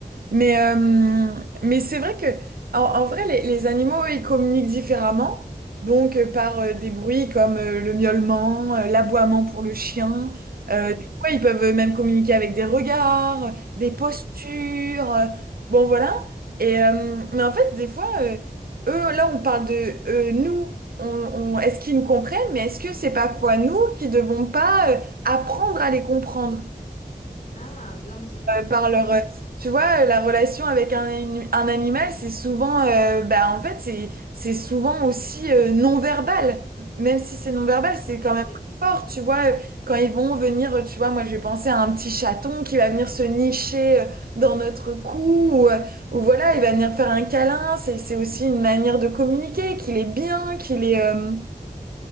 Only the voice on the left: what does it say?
tout à
fait.
Mm.
Ah, bien dit.
Ouais,
tout à
fait.